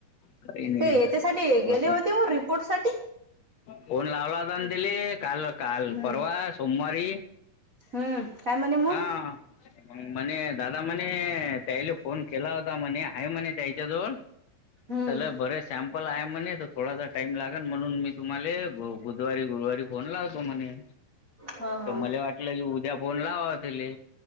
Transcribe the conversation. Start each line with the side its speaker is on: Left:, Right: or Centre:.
Left: काही नाही
Right: ते
Left: आता
Right: याच्यासाठी
Left: बसून
Right: गेले होते ओ रिपोर्टसाठी
Left: फोन लावला होता ना तिले काल अ काल
Right: हम्म
Left: परवा सोमवारी
Right: हम्म काय म्हणे मग
Left: हा मग म्हणे दादा म्हणे त्याईला फोन केला होता म्हणे आहे म्हणे त्याच्याजवळ.
Right: हम्म
Left: त्याला बरे सॅम्पल आहे म्हणे थोडासा. टाईम लागल म्हणून मी तुम्हाला बुधवारी गुरुवारी फोन लावतो म्हणे.
Right: हा हा
Left: तर मले वाटलं की उद्या फोन लावाव तिले